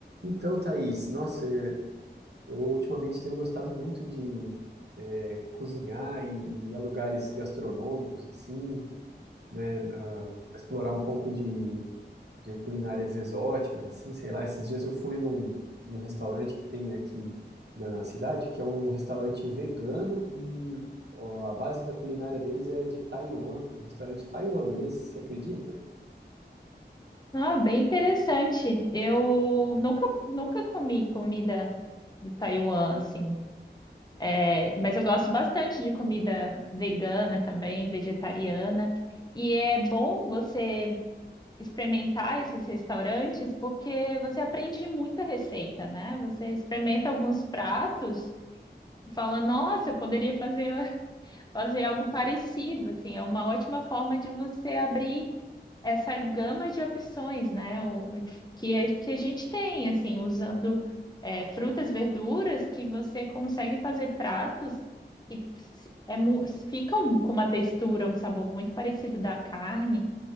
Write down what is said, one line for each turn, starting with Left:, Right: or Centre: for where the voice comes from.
Right: Então, Thaís, nossa, é, eu ultimamente tenho gostado muito de é, cozinhar e, e ir a lugares gastronômicos, assim, né, ah, explorar um pouco de, de culinárias exóticas, assim, sei lá. Esses dias eu fui num, num restaurante que tem aqui na cidade, que é um restaurante vegano e ó, a base da culinária deles é de Taiwan, um restaurante taiwanês, você acredita?
Left: Ah, bem interessante. Eu nunca, nunca comi comida do Taiwan, assim. É, mas eu gosto bastante de comida vegana também, vegetariana. E é bom você experimentar esses restaurantes porque você aprende muita receita, né? Você experimenta alguns pratos e fala, nossa, eu poderia fazer, <laughs> fazer algo parecido, assim. É uma ótima forma de você abrir essa gama de opções, né? O, o- que, a, que a gente tem, assim, usando é, frutas, verduras, que você consegue fazer pratos que se- é mu- ficam com uma textura, um sabor muito parecido da carne